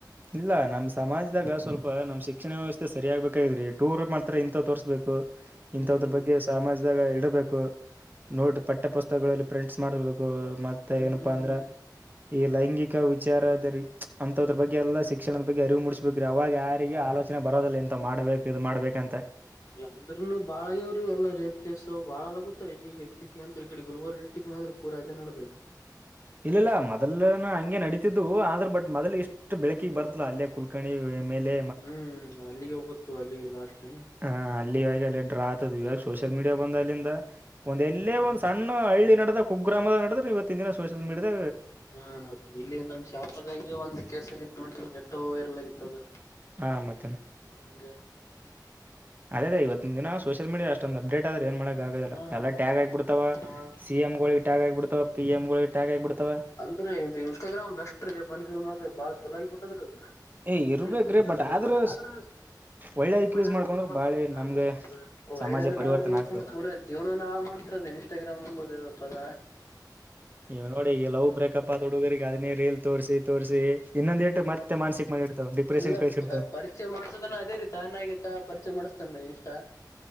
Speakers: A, on the right (about 25°); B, on the left (about 45°).
A: ಇಲ್ಲಾ ನಮ್ ಸಮಾಜದಾಗ ಸ್ವಲ್ಪ ನಮ್ ಶಿಕ್ಷಣ ವ್ಯವಸ್ಥೆ ಸರಿಯಾಗಗ್ಬೇಕಾಗಿದ್ರಿ ಟೂರ್ ಮಾಡ್ತಾರ ಇಂಥವ ತೋರ್ಸ್ಬೇಕು.
B: ಹ್ಮ್
A: ಇಂತದ್ರ ಬಗ್ಗೆ. ಸಮಾಜದಾಗ ಇಡಬೇಕು ನೋಟ ಪಠ್ಯ ಪುಸ್ತಕಗಳಲ್ಲಿ ಪ್ರಿಂಟ್ಸ್ ಮಾಡಬೇಕು ಮ ಮತ್ತ
B: ಹ್ಮ್
A: ಏನಪ್ಪಾ ಅಂದ್ರ ಈ ಲೈಂಗಿಕ ವಿಚಾರದಲ್ಲಿ ಅಂತದ್ರ ಬಗ್ಗೆ ಎಲ್ಲ ಶಿಕ್ಷಣದ ಬಗ್ಗೆ ಅರಿವು ಮೂಡಿಸ್ಬೇಕ್ರಿ ಅವಾಗ ಯಾರಿಗೆ ಆಲೋಚನೆ ಬರೋದಲ್ಲ ಇಂತವು ಮಾಡ್ಬೇಕು ಇದು ಮಾಡ್ಬೇಕಂತ
B: ಅಂದ್ರಲ್ಲೂ ಬಾಳ ಆಗ್ಯಾವ್ರೀ ಎಲ್ಲ ರೇಪ್ ಕೇಸ ಬಾಳಗುತ್ತ ಈಗ ಈಗ ಇತ್ತೀಚ ಅಂದ ಈ ಕಡೆ ಗುಲ್ಬರ್ ಡಿಸ್ಟ್ರಿಕ್ ಮಾತ್ರ ಪುರ ಅದೇ ನಡ್ದೋಗೈತೆ
A: ಇಲ್ಲಿಲ್ಲ ಮೊದಲನ ಹಂಗೆ ನಡೀತಿದ್ದು ಆದ್ರ ಬಟ್ ಮೊದಲ್ ಇಷ್ಟ ಅಷ್ಟು ಬೆಳಕಿಗ್ ಬರ್ತಲ್ಲಾ ಅಲ್ಲೇ ಕುಲ್ಕಣಿ ಮೇಲೆ
B: ಹ್ಮ್ ಅಲ್ಲಿಗೆ ಹೋಗತ್ತು ಅಲ್ಲಿ ಲಾಸ್ಟ್ ನಾ
A: ಹ ಅಲ್ಲಿ ಇವಾಗ ಅಲ್ಲಿ ಡ್ರಾ ಆತದು ಇವಾಗ ಸೋಷಿಯಲ್ ಮೀಡಿಯಾ ಬಂದ ಅಲ್ಲಿಂದ ಒಂದ ಎಲ್ಲೇ
B: ಹ್ಮ್
A: ಒಂದು ಸಣ್ಣ ನನ್ನ ಹಳ್ಳಿ ನಡೆದ ಕುಗ್ರಾಮದ ನಡೆದ್ರ ಇವತ್ತಿನ ದಿನ ಸೋಷಿಯಲ್ ಮೀಡಿಯಾದ
B: ಹಾ ಮತ್ತ ಇಲ್ಲಿ ನಮ್ ಶಹಪುರದಾಗ ಒಂದು ಕೆಸ ಆಗತ್ತು ನೋಡಿ ಎಷ್ಟೋ ವೈರಲ್ ಆಗಿತ್ತು ಅದು
A: ಹಾ ಮತ್ತನ್
B: ಇಂಗ
A: ಅದೇ ಅದೇ ಇವತ್ತಿನ್ ದಿನ ಸೋಷಲ್ ಮೀಡಾ ಅಷ್ಟೊಂದು ಅಡೇಟ್ ಆದ್ರ ಏನ್ ಮಾಡಕ್ಕೆ ಆದಲ್ಲ
B: ಹಾ
A: ಎಲ್ಲ ಟ್ಯಾಗ ಆಗಿಬ ಬಿಡ್ತಾವ
B: ಹಾ
A: ಸಿ ಎಂ ಗಳುಗ್ ಟ್ಯಾಗ ಆಗಿಬಿಡ್ತಾವ ಪಿ ಎಂ ಗಳಿಗಳು ಟಾಗ್ ಆಗಿಬಿಡ್ತಾವ
B: ಅಂದ್ರೆ ಇದು ಇನ್ಸ್ಟಾಗ್ರಾಮ್ ಬೆಸ್ಟ್ ರೀ ಬಂದಿದ ಮಾತ್ರ ಬಾಳ ಚಲಾಗಿ ಬಿಟ್ಟದ್ರ ಅದು
A: ಏ ಇರ್ಬೇಕ್ರೀ
B: ಹ ಇಬೇಕ್ರೀ
A: ಆದ್ರೂ
B: ಬಟ್ ಆದ್ರ
A: ಒಳ್ಳೇದಕ್
B: ಒಳ್ಳೆದುಕ್ಕೆ
A: ಮಾಡ್ಕೊಂಡ್ರೆ
B: ಯೂಸ್ ಮಾಡ್ಕೊಂಡ್ರ
A: ಬಾಳೆ
B: ಬಾಳ
A: ನಮ್ಗೆ
B: ಒಳ್ಳೇದ್ರ
A: ಸಮಾಜ ಪರಿವರ್ತನೆ ಆಗ್ತದೆ
B: ಪೂರ ಜೀವನ ನಾ ಮಾಡ್ತಿರದು ಇನ್ಸ್ಟಾಗ್ರಾಮ್ ಎಂಬುದು ಪದ
A: ಇವ ನೋಡಿ ಈಗ ಲವ್ ಬ್ರೇಕಪ್ ಆದ ಹುಡುಗರ್ರಿಗೆ ಅದನ್ನೇ ರಿಲ್ ತೋರಿಸಿ ತೋರಿಸಿ ಇನ್ನೊಂದ ಎಂಟು ಮತ್ತೆ ಮ ಮಾನಸಿಕ ಮಾಡಿ ಇಡ್ತವ ಡಿಪ್ರೆಷನ್
B: ಎಲ್ಲಾ
A: ಕಳಿಸಿ ಇಡ್ತವ
B: ಪರಿಚಯ ಮಾಡಸದನ್ನ ಅದೇ ರೀತೀ ತಾನಾಗಿಯೇ ತಾನು ಪರಿಚಯ ಮಾಡಿಸ್ತಾನು ಇಷ್ಟ